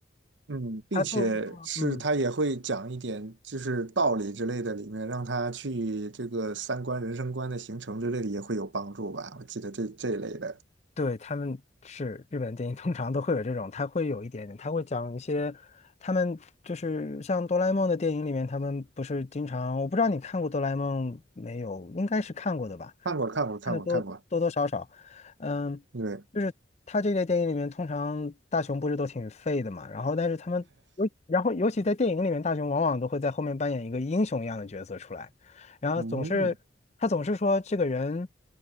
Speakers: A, on the right; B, on the left.
A: 嗯，并且是他也会讲一点就是道理之类的，
B: 它作为一个，嗯。
A: 里面让他去这个三观、人生观的形成之类的也会有帮助吧。我记得这这一类的，
B: 对，他们是日本电影，通常都会有这种，他会有一点点，他会讲一些，他们就是像哆啦 A 梦的电影里面，他们不是经常，我不知道你看过哆啦 A 梦没有，应该是看过的吧，
A: 看过，看过，看过，
B: 看的多多多少少，
A: 看过。
B: 嗯，
A: 对，
B: 就是他这类电影里面，通常大雄不是都挺废的嘛，然后但是他们尤然后尤其在电影里面，大雄往往都会在后面扮演一个英雄一样的角色出来。然后总是他总是说这个人，
A: 嗯，